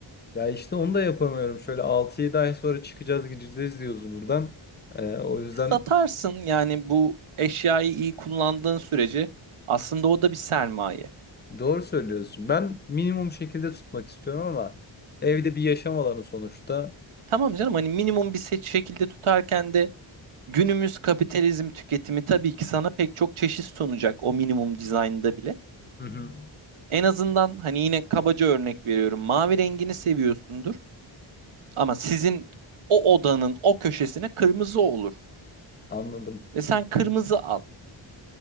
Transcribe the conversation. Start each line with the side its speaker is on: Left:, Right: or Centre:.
Left: Ya işte onu da yapamıyorum. Şöyle 6-7 ay sonra çıkacağız gideceğiz diyoruz buradan. Ee, o yüzden
Right: Satarsın yani bu eşyayı iyi kullandığın sürece aslında o da bir sermaye.
Left: Doğru söylüyorsun. Ben minimum şekilde tutmak istiyorum ama evde bir yaşam alanı sonuçta.
Right: Tamam canım hani minimum bir seç şekilde tutarken de günümüz kapitalizm tüketimi tabii ki sana pek çok çeşit sunacak o minimum dizaynda bile.
Left: Hı hı.
Right: En azından hani yine kabaca örnek veriyorum mavi rengini seviyorsundur ama sizin o odanın o köşesine kırmızı olur
Left: Anladım.
Right: ve sen kırmızı al.